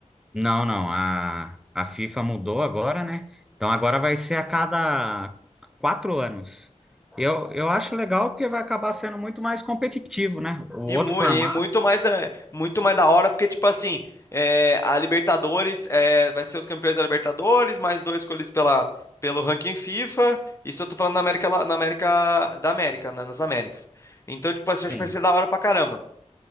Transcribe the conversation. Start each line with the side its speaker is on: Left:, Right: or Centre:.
Centre: Não, não, a, a FIFA mudou agora, né? Então agora vai ser a cada quatro anos. Eu, eu acho legal porque vai acabar sendo muito mais competitivo, né? O outro
Left: E, mu-
Centre: formato.
Left: e muito mais é, muito mais da hora, porque, tipo assim, é, a Libertadores é, vai ser os campeões da Libertadores, mais dois escolhidos pela, pelo ranking FIFA. Isso eu tô falando na América, lá- na América da América, né, nas Américas. Então, tipo assim,
Centre: Sim.
Left: acho que vai ser da hora pra caramba.